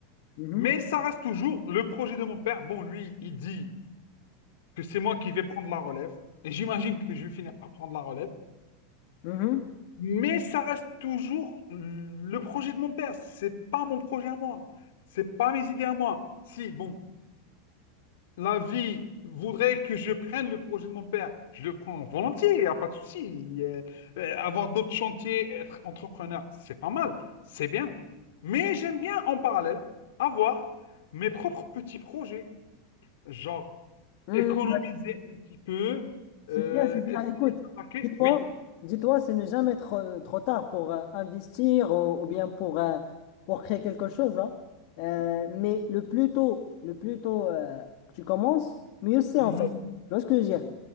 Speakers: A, on the left; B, on the left.
A: Mhm.
B: Mais ça reste toujours le projet de mon père. Bon, lui, il dit que c'est moi qui vais prendre la relève. Et j'imagine que je vais finir par prendre la relève.
A: Mhm.
B: Mais ça reste toujours le projet de mon père. C'est pas mon projet à moi. C'est pas mes idées à moi. Si, bon, la vie voudrait que je prenne le projet de mon père, je le prends volontiers, il n'y a pas de souci. Euh, euh, avoir d'autres chantiers, être entrepreneur, c'est pas mal, c'est bien. Mais j'aime bien en parallèle avoir mes propres petits projets, genre
A: Mhm.
B: économiser
A: Hmm,
B: un petit peu,
A: C'est
B: euh,
A: bien, c'est bien.
B: essayer
A: Écoute,
B: d'attaquer,
A: dis-toi,
B: oui.
A: dis-toi, c'est ne jamais trop, trop tard pour euh, investir ou, ou bien pour, euh, pour créer quelque chose, hein. Euh, mais le plus tôt, le plus tôt euh, que tu commences, mieux c'est
B: Mhm,
A: en fait. Tu vois ce que je veux dire?